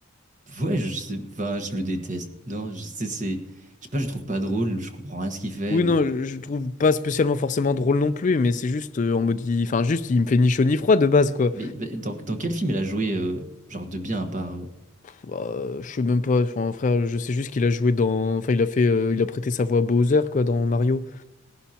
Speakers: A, on the right; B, on the left.
A: Ouais, je sais, enfin, je le déteste. Non, je sais, c'est, je sais pas, je le trouve pas drôle, je comprends rien à ce qu'il fait.
B: Oui,
A: euh.
B: non, je je le trouve pas spécialement forcément drôle non plus, mais c'est juste euh, en mode. il- Enfin, juste, il me fait ni chaud ni froid de base, quoi.
A: Mais bah, dans, dans quel film elle a joué, euh, genre de bien à part, euh,
B: Bah, je sais même pas, enfin, frère, je sais juste qu'il a joué dans. Enfin, il a fait. euh, il a prêté sa voix à Bowser, quoi, dans Mario.